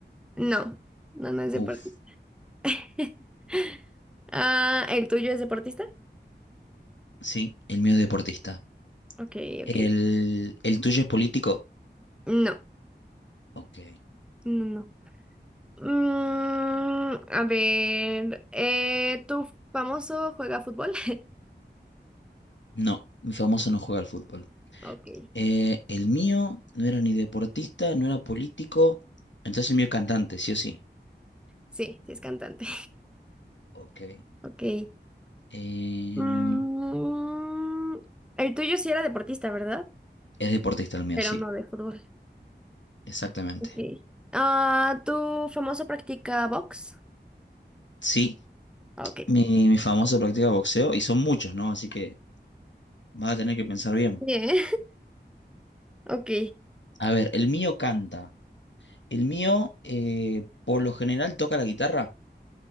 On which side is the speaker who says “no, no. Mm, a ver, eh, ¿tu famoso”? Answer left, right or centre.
Centre